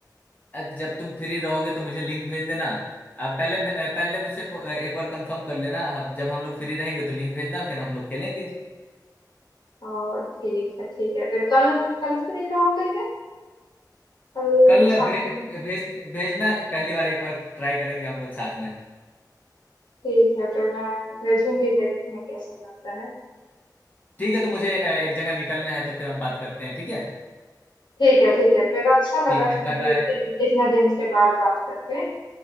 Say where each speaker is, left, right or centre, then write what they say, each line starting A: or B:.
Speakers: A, on the left; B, on the left.
A: अ, जब तुम फ्री रहोगे तो मुझे लिंक भेज देना आप पहले पहले मुझसे एक बार कंफर्म कर लेना हम- जब हम लोग फ्री रहेंगे तो लिंक भेजना फिर हम लोग खेलेंगे
B: और ठीक है ठीक है फिर कल कल फ्री रहोगे क्या कल
A: कल
B: शाम
A: भे,
B: को
A: भेज भेजना पहली बार एक बार ट्राई करेंगे हम लोग साथ में
B: ठीक है फिर मैं भेजूंगी देखते हैं कैसा जाता है
A: ठीक है तो मुझे अ, एक जगह निकलना है तो फिर हम बात करते हैं ठीक है
B: ठीक है ठीक है फिर अच्छा लगा
A: ठीक है
B: तुमसे
A: बाय बाय
B: इत- इतना दिन के बाद बात करके